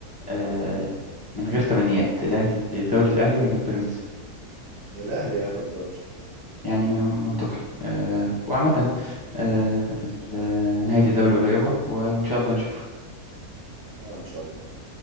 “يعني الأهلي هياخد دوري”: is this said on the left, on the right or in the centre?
Right